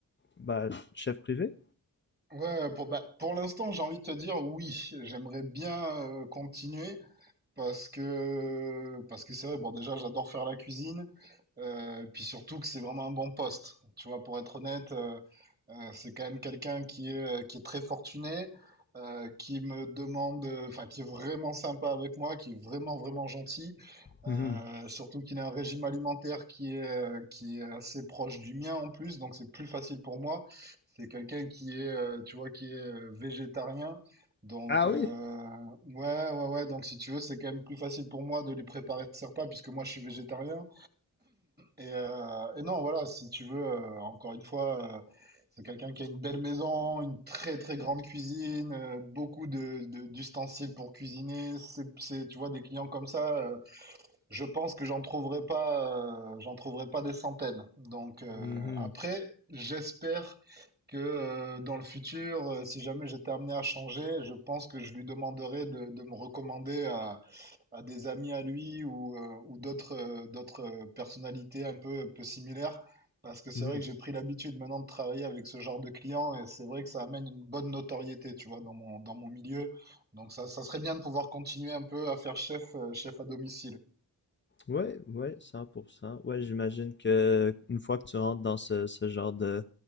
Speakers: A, on the left; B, on the right.
A: bah, chef privé?
B: Ouais, ouais, pour, bah, pour l'instant, j'ai envie de te dire oui, j'aimerais bien euh, continuer parce que parce que c'est vrai, bon déjà j'adore faire la cuisine, euh, puis surtout que c'est vraiment un bon poste. Tu vois, pour être honnête, euh, euh, c'est quand même quelqu'un qui est, euh, qui est très fortuné, euh, qui me demande, euh, enfin qui est vraiment sympa avec moi, qui est vraiment vraiment gentil, euh,
A: Mhm.
B: surtout qu'il a un régime alimentaire qui est, euh, qui est assez proche du mien en plus, donc c'est plus facile pour moi. C'est quelqu'un qui est, euh, tu vois, qui est euh, végétarien. Donc,
A: Ah
B: euh,
A: oui?
B: ouais, ouais, ouais. Donc, si tu veux, c'est quand même plus facile pour moi de lui préparer ses repas puisque moi, je suis végétarien. Et, euh, et non, voilà, si tu veux, euh, encore une fois, euh, c'est quelqu'un qui a une belle maison, une très, très grande cuisine, euh, beaucoup de, de- d'ustensiles pour cuisiner. C'est, c'est, tu vois, des clients comme ça, euh, je pense que j'en trouverai pas, euh, j'en trouverai pas des centaines. Donc euh,
A: Mhm.
B: après, j'espère que euh, dans le futur, euh, si jamais j'étais amené à changer, je pense que je lui demanderai de, de me recommander à, à des amis à lui ou, euh, ou d'autres euh, d'autres euh, personnalités un peu, peu similaires. Parce que c'est
A: Mhm.
B: vrai que j'ai pris l'habitude maintenant de travailler avec ce genre de clients et c'est vrai que ça amène une bonne notoriété, tu vois, dans mon, dans mon milieu. Donc ça, ça serait bien de pouvoir continuer un peu à faire chef, euh, chef à domicile.
A: Ouais, ouais, 100%. Ouais, j'imagine que une fois que tu rentres dans ce, ce genre de,